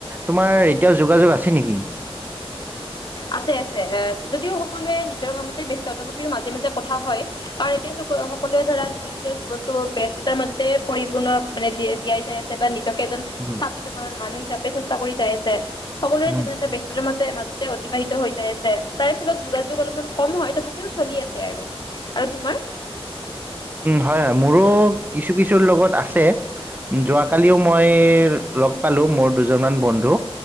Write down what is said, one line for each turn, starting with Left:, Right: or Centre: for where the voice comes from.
Right: তোমাৰ এতিয়াও যোগাযোগ আছেনেকি
Left: আছে আছে, এ যদিও সকলোৱে নিজৰ কামতে ব্যস্ত তথাপিও মাজে মাজে কথা হয় আৰু এতিয়া চ সকলোৱে ধৰা নিজৰ নিজৰ জীৱনতো ব ব্যস্ততাৰ মাজতে পৰিপূৰ্ণ মানে জ জীয়াই যাই আছে বা নিজক এজন
Right: উম
Left: স্থাপিত মান মানুহ হিচাপে চেষ্টা কৰি চাই আছে। সকলোৰে
Right: উম,
Left: জীৱনতে ব্যস্ততাৰ মাজত। মাজতে। অতিবাহিত হৈ যাই আছে তাৰ ফলত যোগাযোগ অলপমান কম হয় তথাপিও চলি আছে আৰু আৰু তোমাৰ
Right: হয় হয় মোৰো কিছু কিছুৰ লগত আছে যোৱাকালিও মই লগ পালো মোৰ দুজনমান বন্ধু